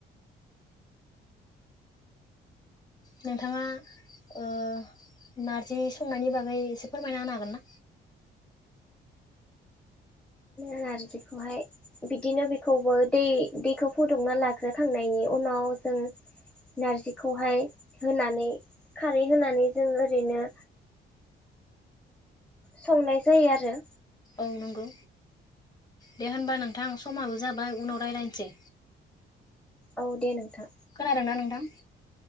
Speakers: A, on the left; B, in the centre.
A: नोंथाङा ओ नारजि संनायनि बागै एसे फोरमायना होनो हागोन ना?
B: नार्जिखौहाय बिदिनो बेखौबो दै दैखौ फुदुंना लाग्रोखांनायनि उनाव जों नार्जिखौहाय होनानै खारै होनानै जों ओरैनो संनाय जायो आरो
A: औ नोंगौ दे होनबा नोंथां समाबो जाबाय उनाव रायज्लायनोसै
B: औ दे नोंथां
A: खोनादोंना नोंथां